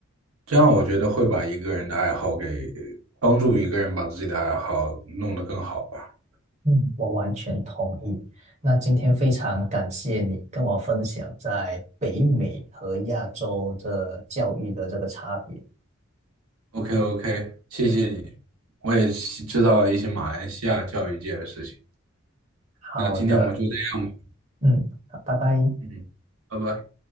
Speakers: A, on the right; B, on the right.
A: 这样我觉得会把一个人的爱好给帮助一个人把自己的爱好弄得更好吧。
B: 嗯我完全同意。那今天非常感谢你跟我分享在北美和亚洲这教育的这个差别。
A: OK OK，谢谢你，我也知道了一些马来西亚教育界的事情。
B: 好的，
A: 那今天我们就这样吧。
B: 嗯，好，拜拜。
A: 嗯，拜拜。